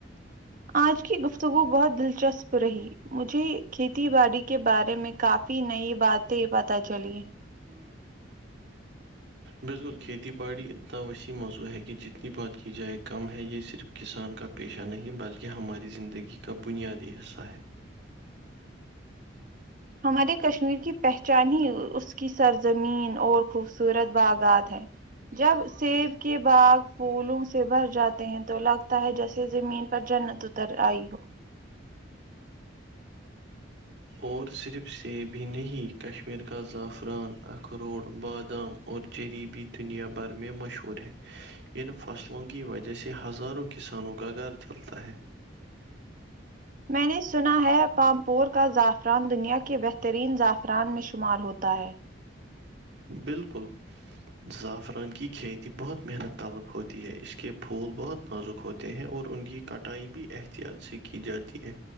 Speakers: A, on the right (about 45°); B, on the right (about 60°).
A: آج کی گفتگو بہت دلچسپ رہی مجھے کھیتی باڑی کے بارے میں کافی نئی باتیں پت چلی
B: <inaudible> بالکل کھیتی باڑی اتنا وسیع موضوع ہے کہ جتنی بات کی جائے کم ہے یہ صرف کسان کا پیشہ نہیں بلکہ ہماری زندگی کا بنیادی حصہ ہے
A: ہمارے کشمیر کی پہچان ہی اس کی سرزمین اور خوبصورت باغات ہے جب سیب کے باغ پھولوں سے بھر جاتے ہیں تو لگتا ہے جیسے زمین پر جنت تر آئی ہو
B: اور صرف سے بھی نہیں کشمیر کا زعفران اخروڑ بادام اور جریبی دنیا بھر میں مشہور ہے ان فصلوں کی وجہ سے ہزاروں کسانوں کا گھر چلتا ہے
A: میں نے سنا ہے پامپور کا زعفران دنیا کے بہترین زعفران میں شمار ہوتا ہے
B: بالکل زعفران کی کھیتی بہت محنت طلب ہوتی ہے اس کے پھول بہت نازک ہوتے ہیں اور ان کی کٹائی بھی احتیاط سے کی جاتی ہے